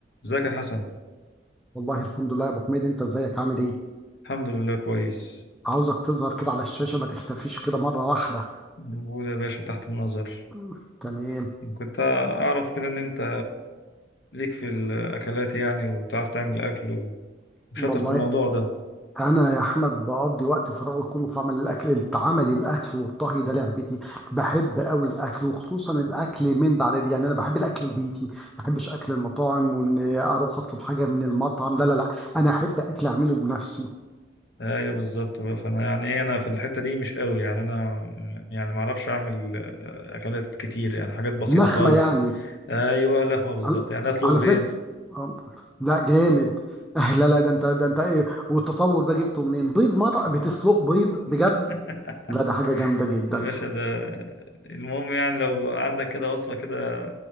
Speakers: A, on the left; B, in the centre.
A: ازيك يا حسن
B: والله الحمد لله يا ابو حميد انت ازيك عامل ايه
A: الحمد لله كويس
B: عاوزك تظهر كده على الشاشه ما تختفيش كده مره واحده
A: موجود يا باشا تحت النظر
B: مم. تمام
A: كنت اعرف كده ان انت ليك في الاكلات يعني وبتعرف تعمل اكل وشاطر
B: والله
A: في الموضوع ده
B: انا يا احمد بقضي وقت فراغي كله في عمل الاكل عمل الاكل والطهي ده لعبتي بحب قوي الاكل وخصوصا الاكل من ده على دي يعني انا بحب الاكل البيتي ما بحبش اكل المطاعم وان اروح اطلب حاجه من المطعم لا لا لا انا احب اكل اعمله بنفسي
A: ايوه بالظبط بقى. فانا يعني إيه، انا في الحتة دي مش قوي يعني انا يعني ما اعرفش اعمل اكلات كتير يعني حاجات بسيطة
B: لخمه
A: خالص
B: يعني
A: ايوه لخمة بالظبط
B: على
A: يعني اسلق
B: على
A: بيض
B: فكرة آه، لا جامد <laughs> آه، لا لا ده انت ده انت ايه والتطور ده جبته منين بيض مرة بتسلق بيض بجد
A: <laughs>
B: لا ده حاجة جامدة جدا
A: يا باشا ده المهم يعني لو عندك كده وصفة كده